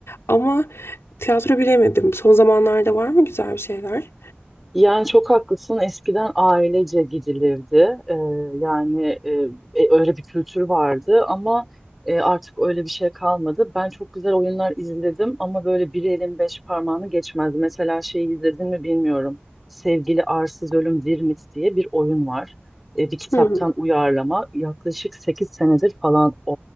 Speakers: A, on the left; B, in the centre.
A: Ama tiyatro bilemedim. Son zamanlarda var mı güzel bir şeyler?
B: Yani çok haklısın. Eskiden ailece gidilirdi. Ee, yani e, e, öyle bir kültür vardı ama e, artık öyle bir şey kalmadı. Ben çok güzel oyunlar izledim ama böyle bir elin beş parmağını geçmezdi. Mesela şeyi izledin mi bilmiyorum. Sevgili Arsız Ölüm Dirmit diye bir oyun var. E, bir kitaptan
A: Hmm.
B: uyarlama. Yaklaşık 8 senedir falan e,